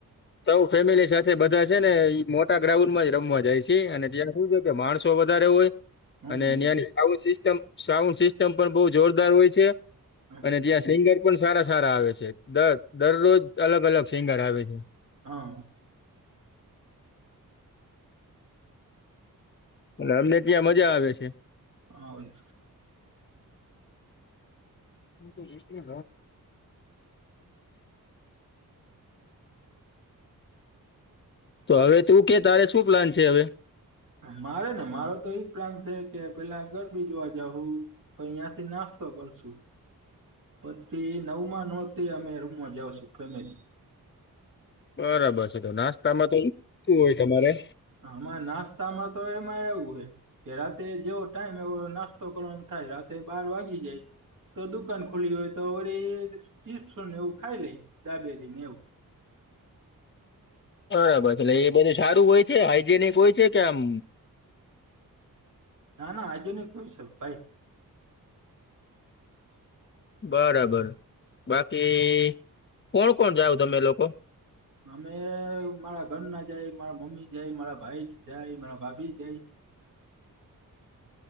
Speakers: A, on the left; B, on the right.
A: સૌ ફેમિલી સાથે બધા છે ને મોટા ગ્રાઉન્ડ માં જ રમવા જાય છે અને ત્યાં શું ત્યાં માણસો વધારે હોય
B: હમ
A: અને ત્યાંની સાઉન્ડ સિસ્ટમ સાઉન્ડ સિસ્ટમ પણ બહુ જોરદાર હોય છે
B: હમ.
A: અને ત્યાં સિંગર પણ સારા સારા આવે છે દર દરરોજ અલગ અલગ સિંગર આવે છે.
B: હ
A: અને અમને ત્યાં મજા આવે છે
B: હાય.
A: હૂં તો એક થી તો હવે તું કે તારે શું પ્લાન છે હવે?
B: મારે ને મારો તો ઈ પ્લાન છે કે પેલા ગરબી જોવા જાહું પહી યાંથી નાસ્તો કરશું. પછી નવમાં નોરતે અમે રૂમમાં જાશું, ફેમિલી.
A: બરાબર છે. તો નાસ્તામાં તો ઈ શું હોય તમારે?
B: આમાં નાસ્તામાં તો એમાં એવું હે કે રાતે જેવો ટાઈમ એવો નાસ્તો કરવાન થાય. રાતે બાર વાગી જાય તો દુકાન ખુલી હોય તો વળી ચિપ્સોન એવું ખાઈ લે. દાબેલીન એવું.
A: બરાબર છે. એટલે એ બધું સારું હોય છે, હાઈજેનિક હોય છે કે આમ
B: ના ના. હાઈજેનિક નુ છે ભાઈ.
A: બરાબર. બાકી કોણ કોણ જાવ તમે લોકો?
B: અમે મારા ઘરના જાય, મારા મમ્મી જાય, મારા ભાઈ જાય, મારા ભાભી જાય.